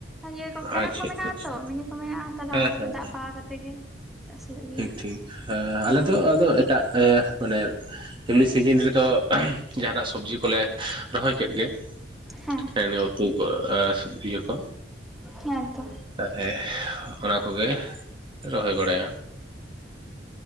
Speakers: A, in the centre; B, on the right.
A: ᱤᱭᱟᱹ ᱠᱚ ᱠᱮᱱᱮᱞ
B: ᱟᱪᱪᱷᱟ
A: ᱠᱚ ᱢᱮᱱᱟᱜᱼᱟ
B: ᱟᱪᱪᱷᱟ ᱟᱪᱪᱷᱟ
A: ᱛᱚ ᱢᱤᱱᱤ ᱠᱚ ᱢᱮᱱᱟᱜᱼᱟ, ᱛᱟᱦᱚᱞᱮ ᱚᱱᱟ
B: ᱦᱮᱸ
A: ᱠᱚᱛᱮ
B: ᱦᱮᱸ
A: ᱫᱟᱜ ᱯᱟᱣᱟ ᱠᱟᱛᱮ ᱜᱮ᱾ ᱪᱟᱥ ᱦᱩᱭᱩᱜ ᱜᱮᱭᱟ
B: ᱴᱷᱤᱠ ᱴᱷᱤᱠ ᱮ
A: ᱦᱩᱸ
B: ᱟᱞᱮ
A: ᱦᱮᱸ
B: ᱫᱚ ᱟᱫᱚ ᱮᱴᱟᱜ ᱮ ᱢᱟᱱᱮ ᱮᱢᱱᱤ ᱥᱤᱡᱤᱱ ᱨᱮᱫᱚ ᱡᱟᱦᱟᱱᱟᱜ ᱥᱚᱵᱡᱤ ᱠᱚᱞᱮ ᱨᱚᱦᱚᱭ ᱠᱮᱫ ᱜᱮ᱾
A: ᱦᱮᱸ
B: ᱦᱮᱸᱱᱮ ᱩᱛᱩ ᱠᱚ ᱟ ᱥᱚᱵᱡᱤ ᱠᱚ᱾
A: ᱦᱮᱸ ᱛᱚ
B: ᱛᱟᱦᱚᱞᱮ ᱚᱱᱟ ᱠᱚᱜᱮ ᱨᱚᱦᱚᱭ ᱵᱟᱲᱟᱭᱟ᱾